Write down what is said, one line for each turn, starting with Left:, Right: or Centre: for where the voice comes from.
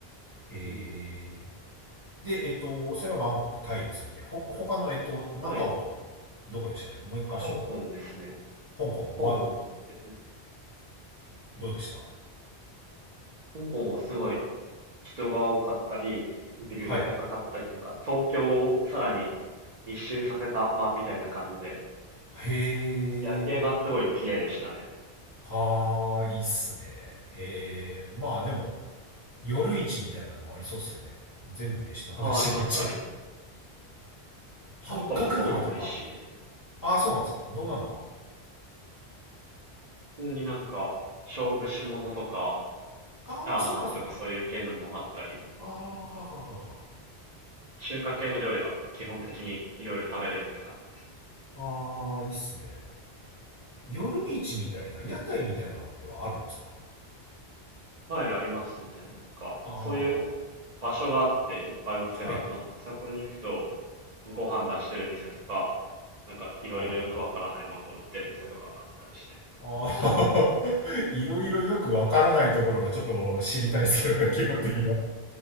Left: へえ。
Right: うん。
Left: で、えっと、それはバンコク、タイですよね。ほ、他の、えっと、マカオと、
Right: はい。
Left: どこでしたっけもう一箇所。
Right: 香港ですね。
Left: 香港は
Right: 香港ですね。
Left: どうでした
Right: 香港はすごい人が多かったり、ビルが高かったり、
Left: はい。へ
Right: なんか東京をさらに密集させた場みたいな感じで、
Left: え。
Right: 夜景がすごい綺麗でしたね。
Left: はーい、いいっすね。へえ。まあでも、夜市みたいなのもありそうっすよね。全部飯の話になっちゃうけど。
Right: あ、ありますあります。
Left: 八角鳥とか。
Right: 香港もご飯美味しいですね。
Left: ああ、そうなんですか。どんなの
Right: 普通になんか、小蒸し物とか、チャーハンとかそういう系のもあったり、
Left: が。ああ、そっかそっか。ああ、ははは
Right: 中華系の料理が基本的にいろいろ食べれるって感じ。
Left: は。ああ、いいっすね。夜市みたいな、屋台みたいなのってはあるんですか
Right: はい、ありますね。なんか、
Left: ああ
Right: そういう場所があって、いっぱいお店が集まって、
Left: ー、はい。
Right: そこに行くと、ご飯出してる店とか、なんかいろいろよくわからないものを売ってる店とかがあったりして、
Left: ああ。ああ、<laughs> いろいろよくわからないところがちょっと知りたいですけどね、基本的には。